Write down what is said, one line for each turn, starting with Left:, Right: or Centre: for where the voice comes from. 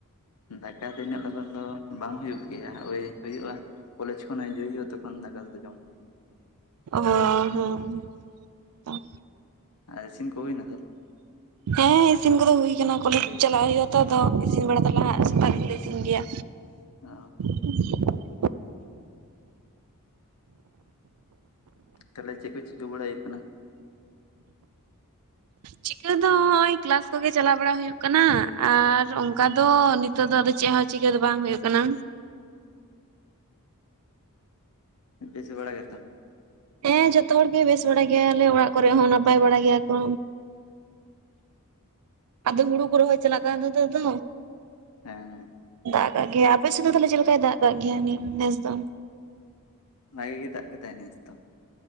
Left: ᱫᱟᱠᱟ ᱫᱚ ᱤᱱᱟᱹᱜ ᱞᱚᱜᱚᱱ ᱫᱚ ᱵᱟᱝ ᱦᱩᱭᱩᱜ ᱜᱮᱭᱟ ᱳᱭ ᱦᱩᱭᱩᱜᱼᱟ ᱠᱚᱞᱮᱡ ᱠᱷᱚᱱ ᱦᱤᱡᱩᱜ ᱦᱩᱭᱩᱜᱼᱟ ᱛᱚᱠᱷᱚᱱ ᱫᱟᱠᱟ ᱫᱚ ᱡᱚᱢ᱾
Right: ᱚ ᱦᱚᱸ ᱦᱩᱸ ᱦᱩᱸ
Left: ᱟᱨ ᱤᱥᱤᱱ ᱠᱚ ᱦᱳᱭᱱᱟ ᱛᱟᱦᱚᱞᱮ?
Right: ᱦᱮᱸ ᱤᱥᱤᱱ ᱠᱚᱫᱚ ᱦᱩᱭ ᱠᱟᱱᱟ ᱠᱚᱞᱮᱡ ᱪᱟᱞᱟᱜ ᱦᱩᱭᱩᱜ ᱟ ᱛᱚ ᱟᱫᱚ ᱤᱥᱤᱱ ᱵᱟᱲᱟ ᱫᱚᱞᱮ ᱥᱮᱛᱟᱜ ᱜᱮᱞᱮ ᱤᱥᱤᱱ ᱜᱮᱭᱟ᱾
Left: ᱚᱻ
Right: <unintelligible>
Left: ᱛᱟᱦᱚᱞᱮ ᱪᱮᱫ ᱠᱚ ᱪᱤᱠᱟᱹ ᱵᱟᱲᱟᱭ ᱦᱩᱭᱩᱜ ᱠᱟᱱᱟ?
Right: ᱪᱤᱠᱟᱹ ᱫᱚ ᱱᱚᱜᱚᱭ ᱠᱮᱞᱟᱥ ᱠᱚᱜᱮ ᱪᱟᱞᱟᱣ ᱵᱟᱲᱟ ᱦᱩᱭᱩᱜ ᱠᱟᱱᱟ ᱟᱨ ᱚᱱᱠᱟ ᱫᱚ ᱱᱮᱛᱳᱜ ᱫᱚ ᱟᱫᱚ ᱪᱮᱫ ᱦᱚᱸ ᱪᱤᱠᱟᱹ ᱫᱚ ᱵᱟᱝ ᱦᱚᱭᱳᱜ ᱠᱟᱱᱟ᱾
Left: ᱵᱮᱥ ᱵᱟᱲᱟ ᱜᱮᱛᱚ ᱾
Right: ᱦᱮᱸ ᱡᱚᱛᱚ ᱦᱚᱲᱜᱮ ᱵᱮᱥ ᱵᱟᱲᱟ ᱜᱮᱭᱟᱞᱮ ᱚᱲᱟᱜ ᱠᱚᱨᱮᱜ ᱦᱚᱸ ᱱᱟᱯᱟᱭ ᱵᱟᱲᱟ ᱜᱮᱭᱟ ᱠᱚ᱾ ᱟᱫᱚ ᱦᱩᱲᱩ ᱠᱚ ᱨᱚᱦᱚᱭ ᱪᱟᱞᱟᱜ ᱠᱟᱱᱟ ᱱᱤᱛᱚᱜ ᱫᱚ᱾
Left: ᱦᱮᱸᱻ
Right: ᱫᱟᱜ ᱠᱟᱜ ᱜᱮᱭᱟ ᱟᱯᱮ ᱥᱮᱫ ᱫᱚ ᱛᱟᱦᱚᱞᱮ ᱪᱮᱫ ᱞᱮᱠᱟᱭ ᱫᱟᱜ ᱠᱟᱜ ᱜᱮᱭᱟ ᱱᱤᱭᱟᱹ ᱱᱮᱥ ᱫᱚ?
Left: ᱵᱷᱟᱜᱮ ᱜᱮ ᱫᱟᱜ ᱠᱟᱫᱟᱭ ᱱᱮᱥ ᱫᱚ᱾